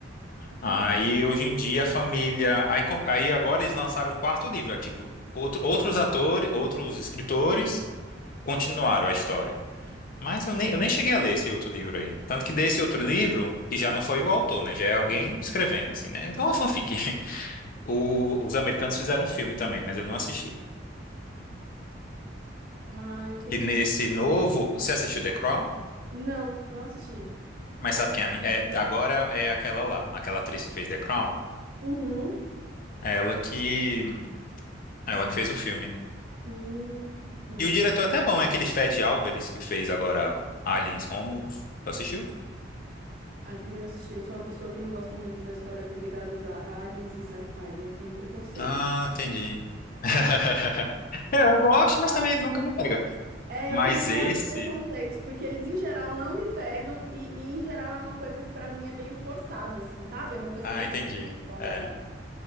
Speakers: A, on the left (about 50°); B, on the right (about 50°).
A: Aí
B: aham.
A: hoje em dia a família. Aí, com- aí agora eles lançaram um quarto livro, é, tipo, outro- outros atores, outros escritores continuaram a história. Mas eu nem, eu nem cheguei a ler esse outro livro aí. Tanto que desse outro livro, que já não foi o autor, né? Já é alguém escrevendo, assim, né? Então é uma fanfic. O- os americanos fizeram um filme também, mas eu não assisti.
B: Ah, entendi.
A: E nesse novo, você assistiu The Crown?
B: Não, não assisti.
A: Mas sabe quem é, a mi- é? Agora é aquela lá, aquela atriz que fez The Crown.
B: Uhum.
A: É Ela que, ela que fez o filme.
B: Hum, hum.
A: E o diretor é até bom, é aquele Fed Álvares que fez agora Aliens Romulus. Tu assistiu?
B: Ah, eu também não assisti. Eu sou uma pessoa que não gosta muito da história que ligadas a aliens e sci-fi. Eu tenho preconceito.
A: Ah, entendi. <laughs> É, Eu gosto, mas
B: Forte-
A: também nunca me pega.
B: É,
A: Mas
B: eu tenho fortes
A: esse.
B: preconceitos, porque eles em geral não me pegam e, e, em geral é uma coisa que pra mim é meio forçada, assim, sabe? É uma coisa
A: Ah,
B: muito.
A: entendi.
B: é,
A: É.